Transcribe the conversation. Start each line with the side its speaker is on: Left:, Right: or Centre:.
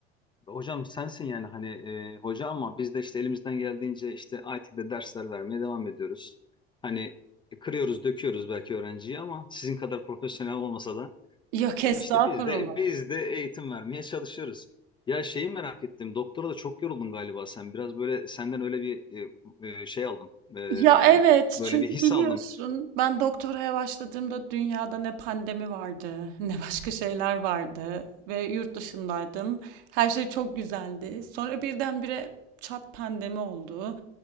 Left: hocam sensin yani hani e, hoca ama biz de işte elimizden geldiğince işte IT'de dersler vermeye devam ediyoruz. Hani e, kırıyoruz, döküyoruz belki öğrenciyi ama sizin kadar profesyonel olmasa da.
Right: Yok estağfurullah.
Left: İşte biz de biz de eğitim vermeye çalışıyoruz. Ya şeyi merak ettim. Doktora da çok yoruldun galiba sen. Biraz böyle senden öyle bir e, e, şey aldım. E,
Right: Ya, evet,
Left: böyle
Right: çünkü
Left: bir his
Right: biliyorsun
Left: aldım.
Right: ben doktoraya başladığımda dünyada ne pandemi vardı, <laughs> ne başka şeyler vardı ve yurt dışındaydım. Her şey çok güzeldi. Sonra birdenbire çat pandemi oldu.